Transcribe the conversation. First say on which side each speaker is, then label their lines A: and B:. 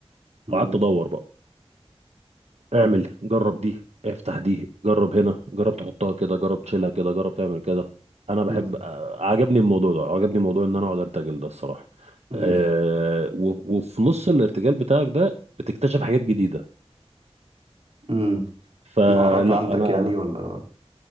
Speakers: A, on the right; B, on the right.
A: مم،
B: وقعدت ادور بقى اعمل جرب دي افتح دي جرب هنا جرب تحطها كده جرب تشيلها كده جرب تعمل كده انا بحب
A: مم،
B: آه، عجبني الموضوع ده عجبني موضوع ان انا اقعد ارتجل ده الصراحه
A: مم،
B: أه و- وفي نص الارتجال بتاعك ده بتكتشف حاجات جديده
A: مم.
B: فلا
A: مهارات عندك
B: انا
A: يعني ولا